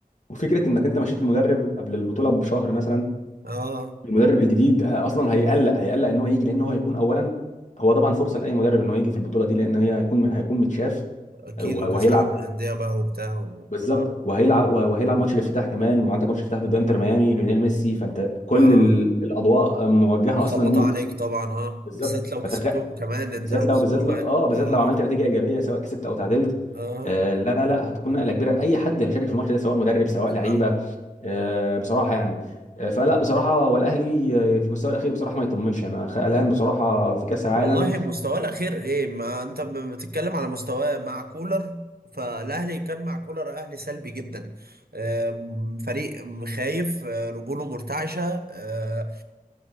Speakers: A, on the left; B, on the right.
A: وفكره انك انت مشيت المدرب قبل البطوله بشهر مثلا
B: اه
A: المدرب الجديد ه- اصلا هيقلق هيقلق ان هو يجي لان هو هيكون اولا هو طبعا فرصه لاي مدرب ان هو يجي في البطوله دي لان هي هيكون هيكون متشاف
B: اكيد
A: آه، و-
B: وكاس
A: وهيلعب
B: العالم للانديه بقى وبتاع و...
A: بالظبط
B: اه
A: وهيلعب وهيلعب ماتش الافتتاح كمان وعندك ماتش افتتاح ضد انتر ميامي ليونيل ميسي فانت كل
B: اه
A: ال- الاضواء موجهه
B: متسلطة
A: اصلا ليك
B: عليك طبعا اه
A: بالظبط
B: بالذات لو كسبتهم
A: فتخ...
B: كمان انت
A: بالذات
B: لو
A: لو
B: كسبتهم
A: بالذات لو
B: اه
A: اه بالذات
B: اه
A: لو عملت نتيجه ايجابيه سواء كسبت او تعادلت
B: آه.
A: آه لا لا لا هتكون نقله كبيره لاي حد هيشارك في الماتش ده سواء مدرب سواء
B: صراحة.
A: لعيبه آه بصراحه يعني آه فلا بصراحه هو الاهلي آه، في المستوى الاخير بصراحه ما يطمنش انا خ- قلقان بصراحه في كاس العالم
B: والله مستواه الأخير ايه ما انت ب- بتتكلم على مستواه مع كولر فالأهلي كان مع كولر أهلي سلبي جدا آم، فريق خايف آه، رجوله مرتعشة آه،